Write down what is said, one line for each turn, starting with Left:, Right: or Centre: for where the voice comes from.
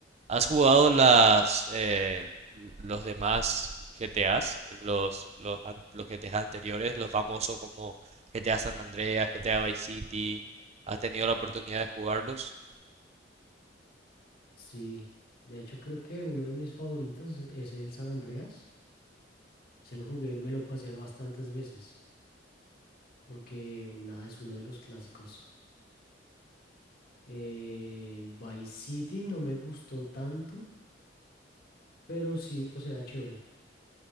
Right: ¿Has jugado las eh, los demás GTAs? Los, los, an- los GTAs anteriores, los famosos como GTA San Andreas, GTA Vice City. ¿Has tenido la oportunidad de jugarlos?
Left: Sí, de hecho creo que uno de mis favoritos es el San Andreas. Ese lo jugué, me lo pasé bastantes veces, porque nada, es uno de los clásicos. Eh, el Vice City no me gustó tanto, pero sí, pues era chévere.